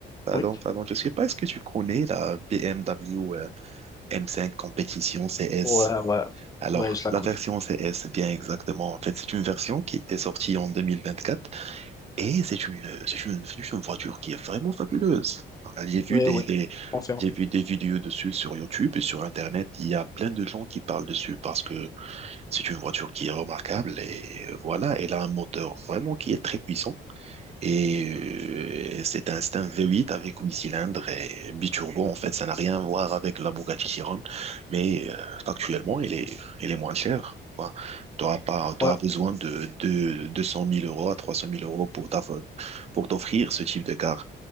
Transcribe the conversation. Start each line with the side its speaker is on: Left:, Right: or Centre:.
Right: pardon,
Left: oui,
Right: pardon, je sais pas, est-ce que tu connais la BMW euh, M5 Competition CS?
Left: ouais, ouais,
Right: Alors,
Left: ouais, je la
Right: la
Left: coule.
Right: version CS, bien exactement. En fait, c'est une version qui était sortie en 2024 et c'est une, c'est une, c'est une voiture qui est vraiment fabuleuse. J'ai vu
Left: Oui,
Right: des,
Left: oui,
Right: des-
Left: on
Right: j'ai vu des vidéos dessus sur YouTube et sur Internet. Il y a plein de gens qui parlent dessus parce que c'est une voiture qui est remarquable et euh, voilà, elle a un moteur vraiment qui est très puissant. Et euh, c'est un, c'est un V8 avec 8 cylindres et biturbo. En fait, ça n'a rien à voir avec la Bugatti Chiron, mais euh, actuellement, elle est, elle est moins chère. Tu auras pas, t'auras
Left: Ouais,
Right: besoin de, de 200 000 euros à 300 000 euros pour ta, pour t'offrir ce type de car,